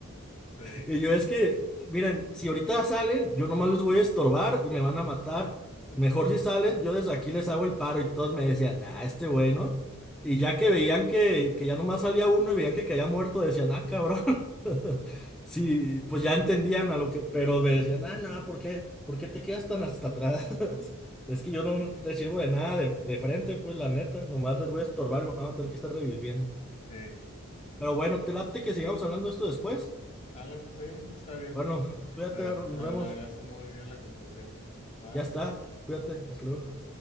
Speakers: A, on the left; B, in the centre.
A: Sí.
B: Y yo es que, miren, si ahorita salen, yo nomás les voy a estorbar y me van a matar.
A: <laughs>
B: Mejor si salen, yo desde aquí les hago el paro y todos me decían, nah, este güey, ¿no? Y ya que veían que, que ya nomás salía uno y veían que caía muerto, decían, ah, cabrón. <laughs> Sí, pues ya entendían a lo que, pero me decían, ah, no, ¿por qué? ¿Por qué te quedas tan hasta atrás? <laughs> Es que yo no
A: Sí.
B: les sirvo de nada de, de frente, pues la neta, nomás les voy a estorbar y me van a tener que estar reviviendo.
A: Hey,
B: Pero bueno, te late que sigamos hablando de esto después.
A: ¿sale? Sí, está bien.
B: Bueno, cuídate,
A: La verdad,
B: nos vemos.
A: la verdad está muy bien la conversación. Bye.
B: Ya está, cuídate, hasta luego.